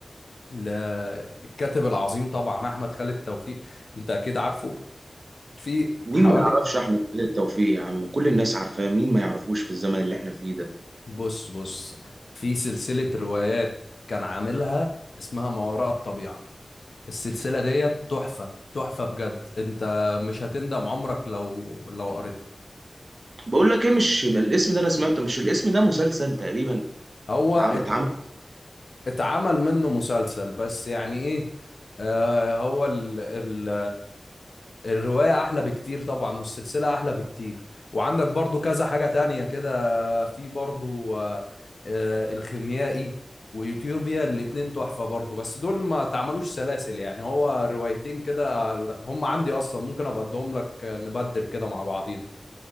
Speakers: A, on the left (about 70°); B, on the right (about 55°).
A: للكاتب العظيم طبعا احمد خالد توفيق انت اكيد عارفه في
B: مين
A: حوالي
B: ما يعرفش احمد خالد توفيق يا عم كل الناس عارفاه مين ما يعرفوش في الزمن اللي احنا فيه ده
A: بص بص في سلسله روايات كان عاملها اسمها ما وراء الطبيعه السلسله ديت تحفه تحفه بجد انت مش هتندم عمرك لو لو قريتها
B: بقول لك ايه مش الاسم ده انا سمعته مش الاسم ده مسلسل تقريبا
A: هو
B: العام
A: ات-
B: اتعمل
A: اتعمل منه مسلسل بس يعني ايه آه هو ال... ال... الرواية أحلى بكتير طبعا والسلسلة أحلى بكتير وعندك برضو كذا حاجة تانية كده في برضو آه، آه، الخيميائي ويوتيوبيا الاتنين تحفة برضو بس دول ما تعملوش سلاسل يعني هو روايتين كده هم عندي أصلا ممكن أبقى أديهم لك آه، نبدل كده مع بعضينا